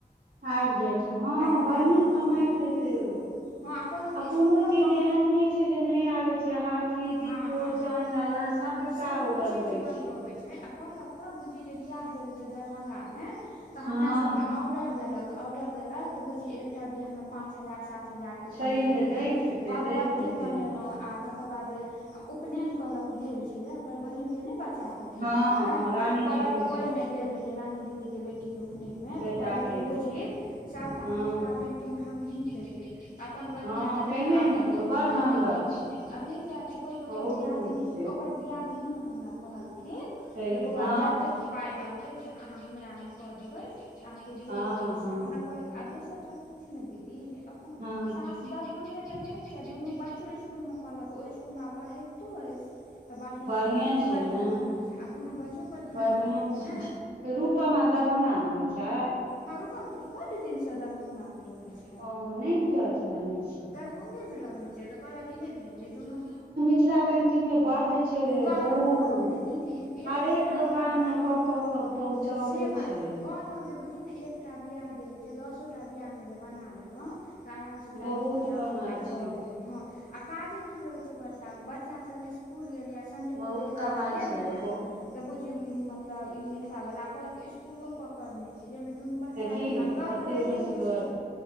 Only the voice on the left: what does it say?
हजारके
बीच
कए दे
हँ अहा कहलक
इसकुलो
पर
हँ
हँ
हँ
सभ
चीज बनबबै
छै कहलहक त बुझिही जे बियाह जे होय छै दरभंगा में त हमरा
सबके ऑर्डर देलक ऑर्डर देलक तऽ बुझिही एकटा बिआह मे पाँच हजार सात हजार के
कमेलहुँ
भगवती
बनेलाउ आ त तकर बाद अय उपनयन कहलक भेल छलै ओकर बहिनके नहि बच्चा भेल
छलैह
कहलक
ओहि में गेल रहयै रानी दीदी के बेटी के उपयन में
तऽ कहलक
जे बुझहीं सबटा
मिथिला पें पेंटिंग हमहीं केलियै अप्पन बहीनमे
तऽ नहि
तऽ आप
हॅं।
अबेेड़ बात छै कहलकै
ओकर दियादनी
ओक ओकर दियादिनियो हमरा कहलखिन
जे बौआ
जतेक पाय लग तय स अहाॅं हमरा में कऽ देबैऽ अहाॅंके जे
लागत सेॅं
हमरा कहलक आ दोसर बात की छै न दीदी जे अप्पन
सास दरभंगे में रहैत छै आ दुन्नू बच्चो इसकुलमे पढ़लक ओहि इसकुलमे आब पढ़ैबतो अछि। तऽ बढ़िआँसँ
ओहो सभ
पाइ
ताइ कमाइ छै आ दुन्नू बच्चों पर ध्यान
राखलक
ने
हाॅं रूपम त बड्ड दिन सॅं दरभंगा मे रहय छै।
भंगे मे रहैत छै तऽ कहलक की नहि बुझलियै दुन्नू
कहलक
तऽ जे दीदी ई
एक एकटा
हँ
से बात
कहलक जे बुझहिं ने एक एकटा बियाह जे होइ छै दसोटा बियाहमे जे बना लेलौं आरामसँ चालीस
पचास
हजार भऽ
गेल हँ आ काजे की रहैत छै बरषा ब बच्चा सब इसकुल गेल या संडेके
खेलाय
लेल गेल
ने
तऽ बुझहीं मतलब ई मिथिला वल्ला कहलक स्कूलो पर करने छी जहिमे दुन्नू बच्चा
गेल ने आब लऽ
कऽ जाइएके
छै।